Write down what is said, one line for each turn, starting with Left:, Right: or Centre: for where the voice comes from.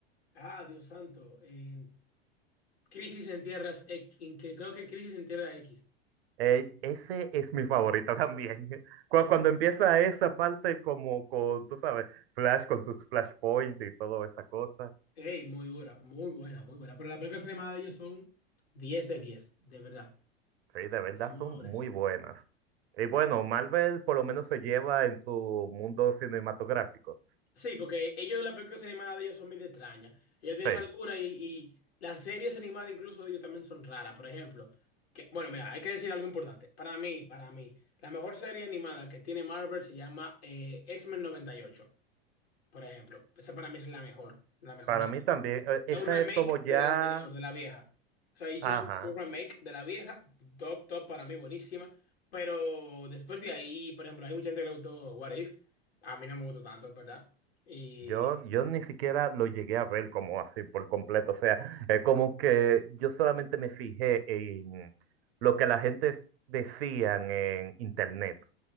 Left: ah, Dios santo. eh, Crisis en Tierras X. en que- creo que Crisis en Tierra X.
Right: Ey, ese es mi favorita también. <laughs> Cu-
Left: Y-
Right: Cuando empieza esa parte como con, tú sabes, Flash con sus flashpoints y toda esa cosa.
Left: Ey, muy dura, muy buena, muy buena. Pero las películas animadas de ellos son 10 de 10 de verdad.
Right: Sí, de verdad
Left: Las mejores.
Right: son muy buenas. Y bueno, Marvel por lo menos se lleva en su mundo cinematográfico.
Left: Sí, porque ellos, las películas animadas de ellos son medio extrañas. Ellos tienen
Right: Sí,
Left: algunas y, y las series animadas incluso de ellos también son raras. Por ejemplo, que, bueno, mira, hay que decir algo importante. Para mí, para mí, la mejor serie animada que tiene Marvel se llama eh, X-Men 98, por ejemplo. Esa para mí es la mejor. La mejor.
Right: para mí también. eh,
Left: Es
Right: Esa
Left: un remake
Right: es como ya,
Left: de la anterior, de la vieja. O sea, hizo
Right: ajá,
Left: un un remake de la vieja, top, top para mí, buenísima. Pero después de ahí, por ejemplo, hay mucha gente que le gustó What If. A mí no me gustó tanto, ¿verdad? Y
Right: Yo, yo ni siquiera lo llegué a ver como así por completo. O sea, es como que yo solamente me fijé en lo que la gente decían en internet.